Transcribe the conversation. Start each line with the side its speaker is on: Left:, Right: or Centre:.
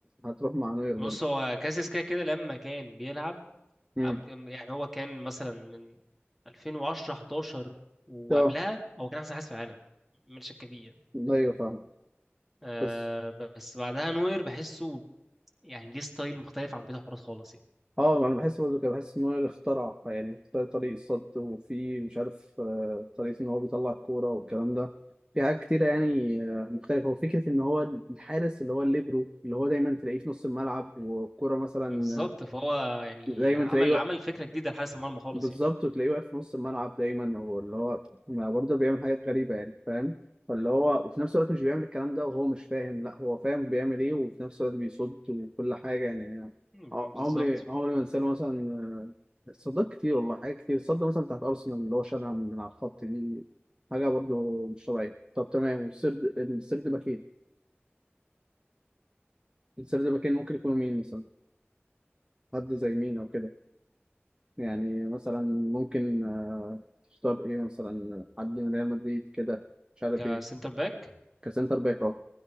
Right: هتروح مع نوير
Centre: بص
Right: برضه
Centre: هو كاسياس كده كده لما كان بيلعب
Right: امم
Centre: عم- يعني هو كان مثلا من 2010 11 وقبلها
Right: طب
Centre: هو كان احسن حارس في العالم من شك فيه يعني.
Right: ايوه فاهم
Centre: آه
Right: بس
Centre: بس بعدها نوير بحسه يعني ليه ستايل مختلف عن بيت حراس خالص يعني
Right: اه انا بحس برضه كده بحس ان هو اللي اخترع يعني اختار طريق الصد وفي مش عارف آه، طريقة ان هو بيطلع الكورة والكلام ده في حاجات كتيرة يعني آه، مختلفة وفكرة ان هو الحارس اللي هو الليبرو اللي هو دايما تلاقيه في نص الملعب والكورة مثلا
Centre: بالظبط فهو يعني
Right: آه، دايما
Centre: عمل
Right: تلاقيه
Centre: عمل فكرة جديدة لحارس المرمى خالص
Right: بالظبط
Centre: يعني
Right: وتلاقيه واقف في نص الملعب دايما واللي هو ما برضه بيعمل حاجات غريبة يعني فاهم فاللي هو وفي نفس الوقت مش بيعمل الكلام ده وهو مش فاهم لا هو فاهم بيعمل ايه وفي نفس الوقت بيصد وكل حاجة يعني
Centre: مم،
Right: ع-
Centre: بالظبط
Right: عمري عمري ما انساه مثلا آه، صدق كتير والله حاجات كتير صدق مثلا بتاعت أرسنال اللي هو شالها من على الخط دي حاجة برضه مش طبيعية طب تمام والسرد السرد باكين السرد باكين ممكن يكونوا مين مثلا حد زي مين أو كده يعني مثلا ممكن آه، تختار ايه مثلا حد من ريال مدريد كده مش عارف
Centre: كسنتر
Right: ايه
Centre: باك
Right: كسنتر باك اه